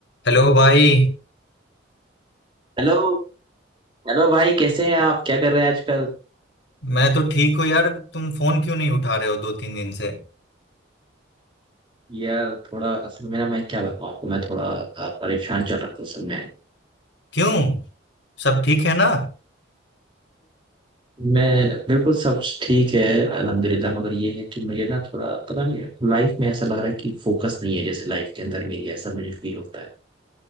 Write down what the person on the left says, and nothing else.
Hello भाई
मैं तो ठीक हूँ यार तुम फोन क्यों नहीं उठा रहे हो दो तीन दिन से
क्यों सब ठीक है ना